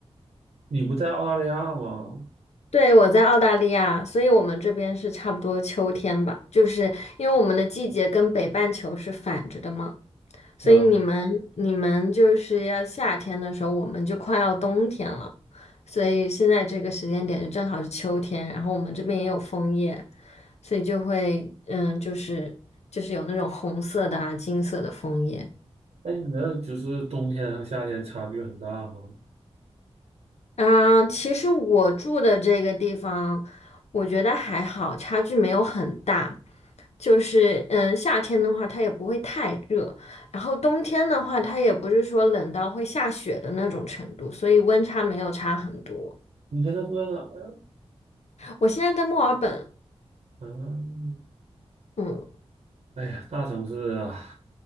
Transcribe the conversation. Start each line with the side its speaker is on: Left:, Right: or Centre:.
Right: 你不在澳大利亚吗？
Left: 对，我在澳大利亚，所以我们这边是差不多秋天吧，就是因为我们的季节跟北半球是反着的嘛，所以你们你们就是要夏天的时候，
Right: 啊，
Left: 我们就快要冬天了，所以现在这个时间点就正好是秋天，然后我们这边也有枫叶，所以就会嗯，就是就是有那种红色的啊、金色的枫叶。
Right: 那你那就是冬天和夏天差距很大吗？
Left: 嗯，其实我住的这个地方，我觉得还好，差距没有很大。就是嗯，夏天的话它也不会太热，然后冬天的话它也不是说冷到会下雪的那种程度，所以温差没有差很多。
Right: 你现在住在哪儿啊？
Left: 我现在在墨尔本，
Right: 嗯，
Left: 嗯，
Right: 哎呀，大城市啊，